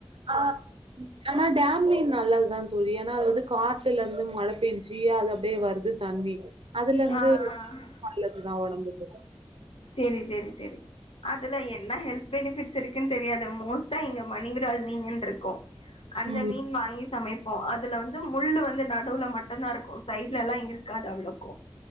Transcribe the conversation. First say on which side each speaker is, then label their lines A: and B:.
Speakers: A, on the right; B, on the left.
A: அஹ் ஆனா டாம்லி நல்லதுதா தோழி ஏனா அது வந்து காட்டுல இருந்து மழ பெய்ஞ்சி அது அப்டே வருது தண்ணி அதுல இருந்து
B: ஆ ஆ
A: நல்லதுதா உடம்புக்கு
B: செரி செரி செரி அதுல என்ன ஹெல்த் பெனிஃபிட்ஸ் இருக்குன் தெரியாது மோஸ் <unintelligible> எங்க <unintelligible> இருக்கோ அந்த
A: ம்
B: மீன் வாங்கி சமைப்போம் அதுல வந்து முள்ளு வந்து நடுவுல மட்டுமந்தா இருக்கும் சைட்லலா இருக்காது அவ்ளோ கோ